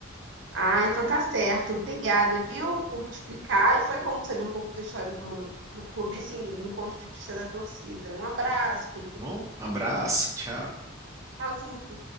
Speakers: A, on the right; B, on the right.
A: Ah, então tá certo. Obrigada, viu, por me explicar. E foi bom saber um pouco da história do, do clube, assim, no ponto de vista da torcida. Um abraço, querido.
B: Bom, abraço, tchau.
A: Tchauzinho.